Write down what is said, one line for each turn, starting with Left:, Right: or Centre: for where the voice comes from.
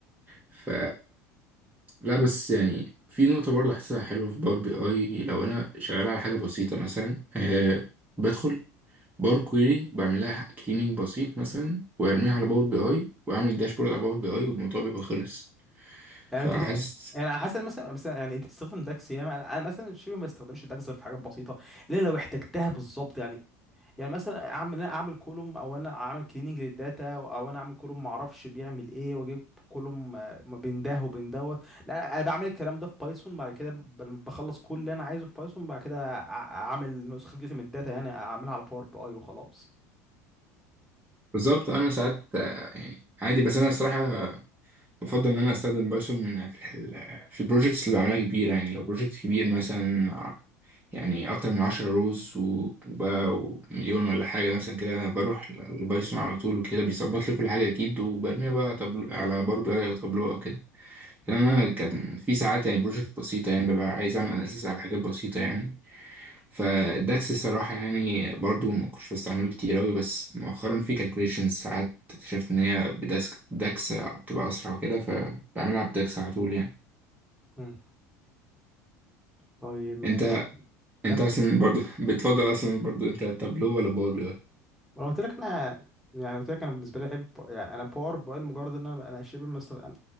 Right: ف لا بس يعني في نقطه برضه احسها حلوه في باور بي اي لو انا شغال على حاجه بسيطه مثلا أه بدخل باور كويري بعمل لها كليننج بسيط مثلا وارميها على باور بي اي واعمل داشبورد على باور بي اي والموضوع بيبقى خلص
Centre: يعني
Right: فحاسس
Centre: انت يعني على حسب مثلا مثلا يعني انت بتستخدم داكس ياما انا أنا مثلا شبه ما استخدمش داكس غير في حاجات بسيطه الا لو احتجتها بالظبط يعني يعني مثلا اعمل انا اعمل كولوم او انا اعمل كليننج للداتا او انا اعمل كولوم ما اعرفش بيعمل ايه واجيب كولوم آه، ما بين ده وبين دوت لا انا بعمل الكلام ده في بايثون بعد كده ب- بخلص كل اللي انا عايزه في بايثون بعد كده أع- اعمل نسخه جديده من الداتا يعني اعملها على باور بي اي وخلاص
Right: بالظبط انا ساعات آه، يعني عادي بس انا الصراحه بفضل ان انا استخدم بايثون في ال في البروجكتس اللي بعملها كبيره يعني لو بروجكت كبير مثلا ع- يعني اكتر من 10 روز و- وبقى ومليون ولا حاجه مثلا كده انا بروح لبايثون على طول وكده بيظبط لي كل حاجه اكيد وبرميها بقى طبل على باور بي اي او تابلو او كده لان انا كان في ساعات يعني بروجكت بسيطه يعني ببقى عايز اعمل اناليسيس على حاجات بسيطه يعني فالداكس الصراحة يعني برضو ما كنتش بستعمله كتير أوي بس مؤخرا في كالكوليشنز ساعات اكتشفت إن هي بداسك داكس بتبقى أسرع وكده فبعملها بداكس على طول يعني
Centre: مم. طيب ماشي
Right: أنت أنت
Centre: كمل
Right: أصلا برضو <laughs> بتفضل أصلا برضو أنت تابلو ولا باور بي
Centre: ما انا قلت لك انا يعني قلت لك انا بالنسبه لي احب يعني انا باور باي لمجرد ان انا انا شبه مستخدم أنا